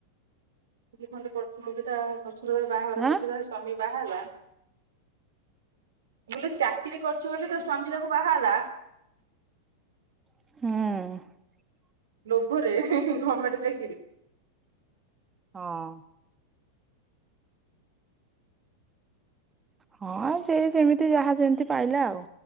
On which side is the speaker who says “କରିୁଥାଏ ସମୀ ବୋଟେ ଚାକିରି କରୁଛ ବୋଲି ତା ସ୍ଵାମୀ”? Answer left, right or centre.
Right